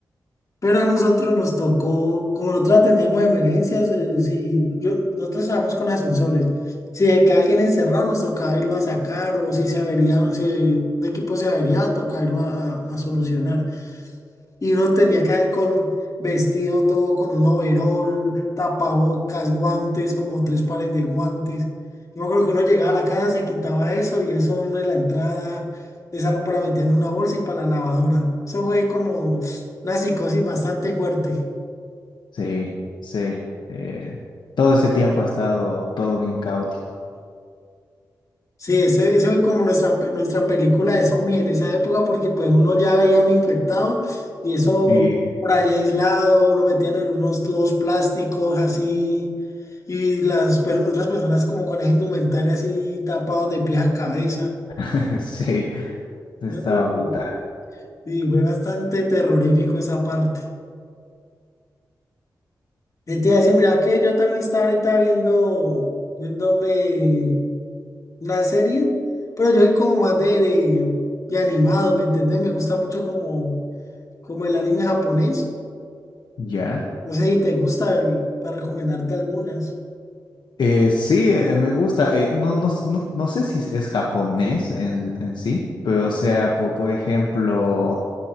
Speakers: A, on the left; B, on the left.
A: pero a nosotros nos tocó, como nosotros atendíamos emergencias, eh, si yo- nosotros estábamos con ascensores. Si de que alguien encerrado nos tocaba irlo a sacar o si se avería, si el equipo se avería, tocaba irlo a, a- a solucionar. Y uno tenía que ir con vestido todo, con un overol, tapabocas, guantes, como tres pares de guantes. Yo me acuerdo que uno llegaba a la casa, se quitaba eso y eso uno en la entrada, esa ropa la metía en una bolsa y para la lavadora. Eso fue como una psicosis bastante fuerte.
B: Sí, sí. eh, todo ese tiempo ha estado todo bien caótico.
A: Sí, ese, ese fue como nuestra, pe- nuestra película de zombie en esa época, porque pues uno ya veía un infectado y eso
B: Y
A: por allá aislado, lo metían en unos tubos plásticos así, y las per- otras personas como con esa indumentaria así tapados de pies a cabeza.
B: <laughs> Sí, estaba
A: Yo creo
B: brutal.
A: que sí, fue bastante terrorífico esa parte. Y te iba a decir, mira que yo también estaba ahorita viendo, viéndome. la serie, pero yo soy como más de, de, de animados, ¿me entendés? Me gusta mucho como, como el anime japonés.
B: ¿Ya?
A: No sé si te gusta y para recomendarte algunas.
B: Eh, sí, eh, me gusta. eh, no, no, no, no sé si es japonés en, en sí, pero o sea, po- por ejemplo...